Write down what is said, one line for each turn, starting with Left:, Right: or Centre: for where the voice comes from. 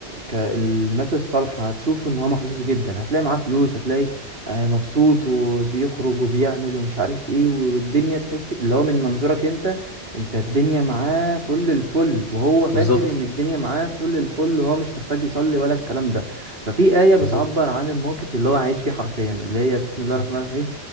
Right: كالناس الصالحة هتشوفه ان هو محظوظ جدا هتلاقي معاه فلوس هتلاقي آه، مبسوط وبيخرج وبيعمل ومش عارف ايه والدنيا تحس اللي هو من منظورك انت انت الدنيا معاه فل الفل وهو فاكر
Left: بالظبط
Right: ان الدنيا معاه فل الفل وهو مش محتاج يصلي ولا الكلام ده ففي آية بتعبر
Left: بالظبط
Right: عن الموقف اللي هو عايش فيه حرفيا اللي هي بسم الله
Left: مم.
Right: الرحمن الرحيم